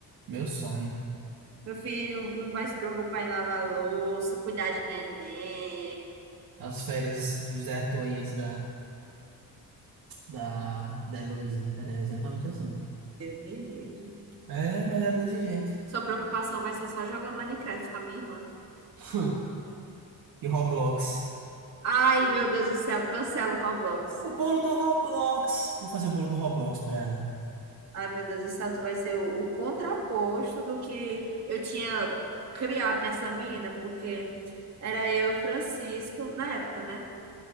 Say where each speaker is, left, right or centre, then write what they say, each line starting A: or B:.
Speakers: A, on the right (about 65°); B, on the right (about 40°).
A: meu sonho.
B: Meu filho não vai se preocupar em lavar a louça, cuidar de neném.
A: As férias de José Arthur aí antes da, da, da Heloísa. Era exatamente assim.
B: Deus me livre.
A: É, mas era desse jeito.
B: Sua preocupação vai ser só jogar Minecraft com a minha irmã.
A: <laughs> E Roblox.
B: Ai, meu Deus do céu, cancela o Roblox.
A: O bolo do Roblox. Vou fazer o bolo do Roblox pra ela.
B: Ai, meu Deus do céu, tu vai ser o, o contraposto do que eu tinha criado nessa menina, porque era eu e o Francisco, na época, né?